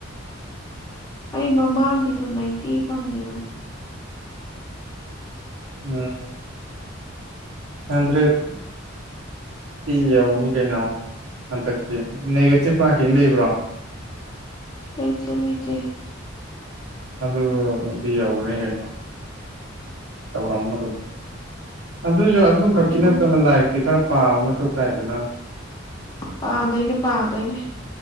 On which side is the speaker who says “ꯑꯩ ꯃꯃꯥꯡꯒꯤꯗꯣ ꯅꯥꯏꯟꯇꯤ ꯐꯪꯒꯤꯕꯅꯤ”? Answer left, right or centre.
Left